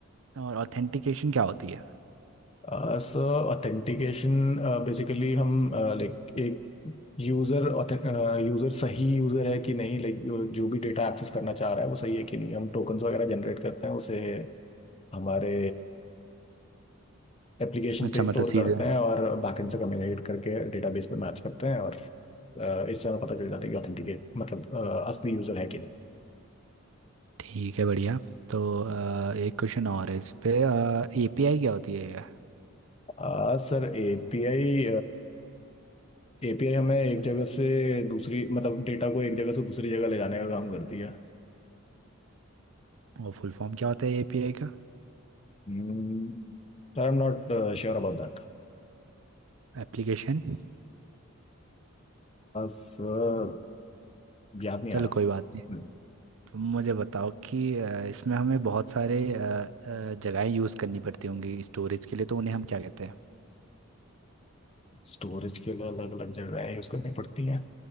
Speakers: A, on the right (about 65°); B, on the left (about 25°).
A: और ऑथेंटिकेशन क्या होती है
B: Sir sir authentication basically हम लाइक एक यूजर यूजर सही यूजर है कि नहीं लाइक जो भी डेटा एक्सेस करना चाह रहा है वो सही है कि नहीं हम टोकन्स वगैरह जनरेट करते हैं उसे हमारे एप्लीकेशन
A: अच्छा
B: पे स्टोर
A: मतलब सीधे
B: करते हैं और बैकएंड से कम्युनिकेट करके डेटाबेस पे मैच करते हैं और अ, इससे हमें पता चल जाता है कि ऑथेंटिकेट मतलब अ, असली यूजर है कि नहीं
A: ठीक है बढ़िया तो अ, एक क्वेश्चन और है इस पे एपीआई क्या होती है
B: आ, सर एपीआई एपीआई हमें एक जगह से दूसरी मतलब डेटा को एक जगह से दूसरी जगह ले जाने का काम करती है
A: और फुल फॉर्म क्या होता है एपीआई का
B: हम्म, sir I am not sure about that
A: एप्लीकेशन
B: Sir याद नहीं
A: चलो
B: आ रहा
A: कोई बात नहीं
B: हम्म
A: तुम मुझे बताओ कि अ, इसमें हमें बहुत सारे अ, अ, जगहें यूज़ करनी पड़ती होंगी स्टोरेज के लिए तो उन्हें हम क्या कहते हैं
B: स्टोरेज के लिए अलग अलग जगह यूज करनी पड़ती हैं